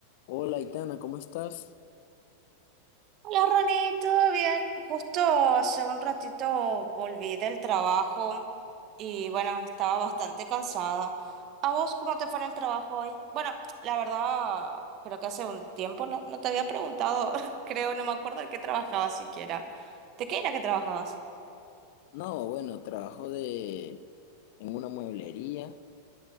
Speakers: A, on the left (about 50°); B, on the right (about 35°).
A: Hola, Itana, ¿cómo estás?
B: Hola Ronnie, ¿todo bien? Justo hace un ratito volví del trabajo y bueno, estaba bastante cansada. ¿A vos cómo te fue en el trabajo hoy? Bueno, la verdad, creo que hace un tiempo no, no te había preguntado, <laughs> creo, no me acuerdo de qué trabajabas siquiera. ¿De qué era que trabajabas?
A: No, bueno, trabajo de... Tengo una mueblería,